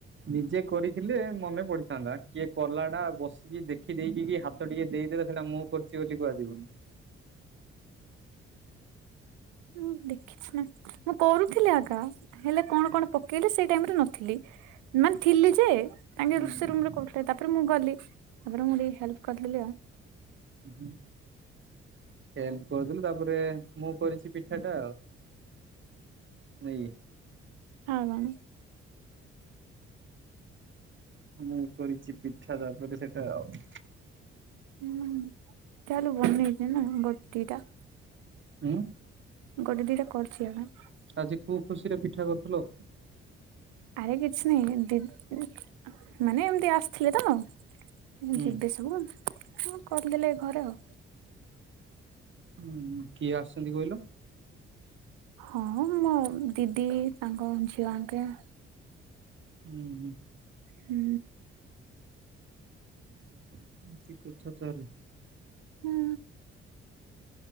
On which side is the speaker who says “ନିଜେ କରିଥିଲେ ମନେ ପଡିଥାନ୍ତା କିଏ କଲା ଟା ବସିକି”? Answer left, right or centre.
Right